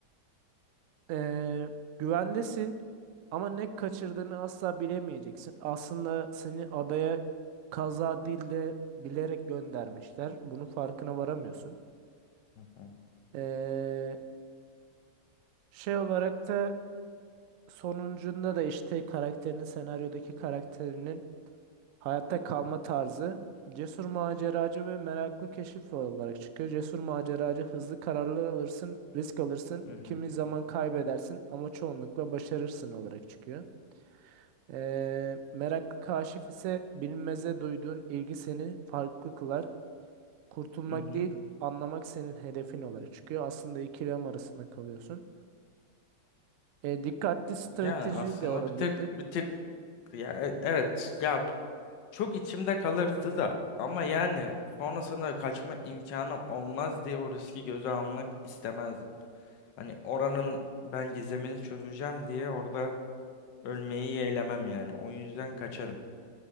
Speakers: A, on the right; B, on the left.
A: Ee, güvendesin ama ne kaçırdığını asla bilemeyeceksin. Aslında seni adaya kaza değil de bilerek göndermişler. Bunun farkına varamıyorsun.
B: Hı hı.
A: Ee, şey olarak da sonuncunda da işte karakterinin senaryodaki karakterinin hayatta kalma tarzı cesur maceracı ve meraklı keşif olarak çıkıyor. Cesur maceracı hızlı kararlar alırsın, risk alırsın,
B: Hı hı.
A: kimi zaman kaybedersin ama çoğunlukla başarırsın olarak çıkıyor. Ee, meraklı kaşif ise bilinmeze duyduğun ilgi seni farklı kılar. Kurtulmak
B: Hı hı.
A: değil, anlamak senin hedefin olarak çıkıyor. Aslında ikilem arasında kalıyorsun. Ee, dikkatli strateji
B: Ya aslında
A: de olabilirdi.
B: bir tek bir tek ya e- evet ya Çok içimde kalırdı da ama yani sonrasında kaçma imkanım olmaz diye o riski göze almak istemezdim. Hani oranın ben gizemini çözeceğim diye orada ölmeyi yeğlemem yani. O yüzden kaçarım.